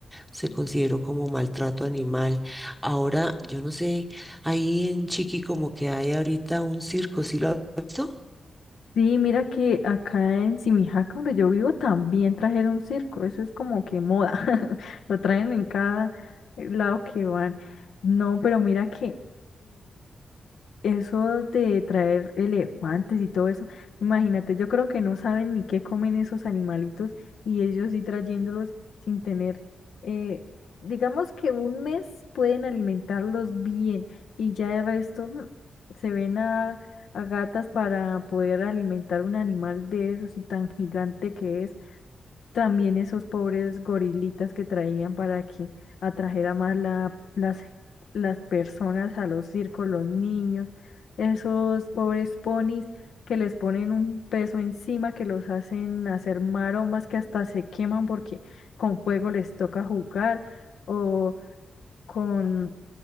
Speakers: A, in the centre; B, on the left.
A: se consideró como maltrato animal. Ahora, yo no sé, ahí en Chiqui como que hay ahorita un circo, ¿sí lo has visto?
B: sí, mira que acá en Simijaca, donde yo vivo, también trajeron circo. Eso es como que moda. <laughs> Lo traen en cada lado que van. No, pero mira que Eso de traer elefantes y todo eso, imagínate, yo creo que no saben ni qué comen esos animalitos y ellos sí trayéndolos sin tener, eh, digamos que un mes pueden alimentarlos bien y ya de resto mm, se ven a, a gatas para poder alimentar un animal de esos y tan gigante que es. También esos pobres gorilitas que traían para que atrajera más la, las, las personas a los circos, los niños, esos pobres ponis que les ponen un peso encima, que los hacen hacer maromas, que hasta se queman porque con fuego les toca jugar, o con